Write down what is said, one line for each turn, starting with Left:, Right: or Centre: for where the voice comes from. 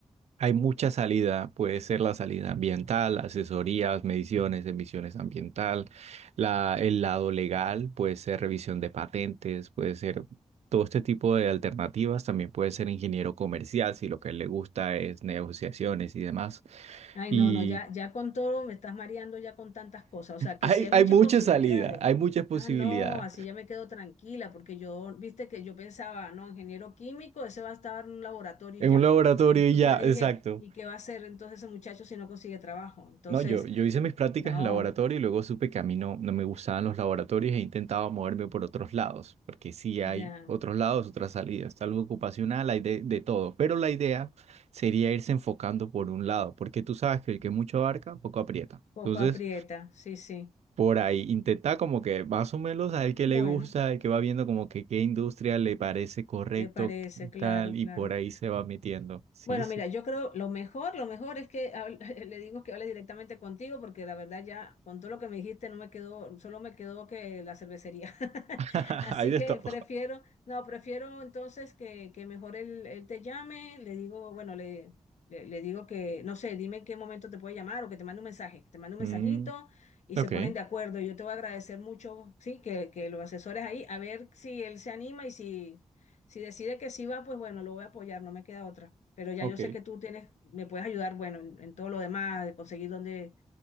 Right: hay mucha salida, puede ser la salida ambiental, asesorías, mediciones, emisiones ambiental, la, el lado legal, puede ser revisión de patentes, puede ser todo este tipo de alternativas, también puede ser ingeniero comercial si lo que le gusta es negociaciones y demás.
Left: Ay,
Right: Y
Left: no, no, ya, ya con todo me estás mareando ya con tantas cosas. O sea, que
Right: hay,
Left: sí hay
Right: hay
Left: muchas
Right: mucha
Left: posibilidades.
Right: salida, hay muchas posibilidades.
Left: Ah, no, así ya me quedo tranquila, porque yo, viste que yo pensaba, no, ingeniero químico, ese va a estar en un laboratorio
Right: En
Left: y ya.
Right: un laboratorio
Left: Entonces
Right: y ya,
Left: dije,
Right: exacto.
Left: ¿y qué va a hacer entonces ese muchacho si no consigue trabajo? Entonces,
Right: No, yo, yo hice mis prácticas
Left: no,
Right: en laboratorio y luego supe que a mí no, no me gustaban los laboratorios e intentaba moverme por otros lados, porque sí hay
Left: ya,
Right: otros lados, otras salidas, tal vez ocupacional, hay de, de todo, pero la idea sería irse enfocando por un lado, porque tú sabes que el que mucho abarca, poco aprieta.
Left: poco
Right: Entonces,
Left: aprieta, sí, sí.
Right: por ahí intenta como que más o menos al que
Left: Bueno,
Right: le gusta, al que va viendo como que qué industria le parece correcto,
Left: le parece,
Right: qué
Left: claro,
Right: tal, y
Left: claro.
Right: por ahí se va metiendo. Sí,
Left: Bueno,
Right: sí.
Left: mira, yo creo lo mejor, lo mejor es que hable- <laughs> le digo que hable directamente contigo porque la verdad ya con todo lo que me dijiste no me quedó, solo me quedó que la cervecería. <laughs>
Right: <laughs>
Left: Así
Right: Hay de
Left: que
Right: todo.
Left: prefiero, no, prefiero entonces que, que mejor él, él te llame, le digo, bueno, le, le, le digo que, no sé, dime en qué momento te puede llamar o que te mande un mensaje, que te mande un
Right: Mm,
Left: mensajito y
Right: ok.
Left: se ponen de acuerdo. Yo te voy a agradecer mucho, sí, que, que los asesores ahí, a ver si él se anima y si... Si decide que sí va, pues bueno, lo voy a apoyar, no me queda otra. Pero ya
Right: Ok.
Left: yo sé que tú tienes, me puedes ayudar, bueno, en, en todo lo demás, de conseguir dónde,